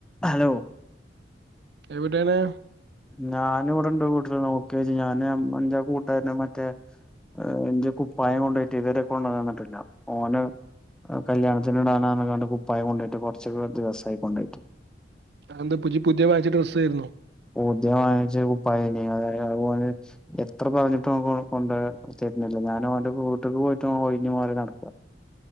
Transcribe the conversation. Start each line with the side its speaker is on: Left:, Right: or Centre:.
Centre: Hello
Right: എവിടെയണ്.
Centre: ഞാന് ഇവിടെ ഇണ്ട് വീട്ടില് നോക്കിയാ ജ്ജ് ഞാന് എന്റെ ആ കൂട്ടാരന് മറ്റേ ഇജ്ജെ കുപ്പായം കൊണ്ടോയിട്ട് ഇത് വെരെ കൊണ്ടെന്നന്ന്ട്ടില്ല ഓന് കല്യാണത്തിന് ഇടാനാ ന്ന് പറഞ് ക്കാണ്ട് കുപ്പായം കൊണ്ടോട്ട് കുറച്ചൊ ദിവസായി കൊണ്ടോയ്ട്ട്.
Right: അഹെന്തപ്പോഇജ്ജ് പുതിയ വാങ്ങിച്ചട ഡ്രസ്സ ആയിരുന്നോ?
Centre: പുദേ വാങ്ങിച്ച കുപ്പയെനിം അതുപോലെ എത്ര പറഞ്ഞിട്ടും കൊഡ്രാൻ <unintelligible> ഞാനൊന്റെ വീട്ട്ക്ക് പോയിട്ട് ഒഴിഞ്ഞു മാറി നടക്ക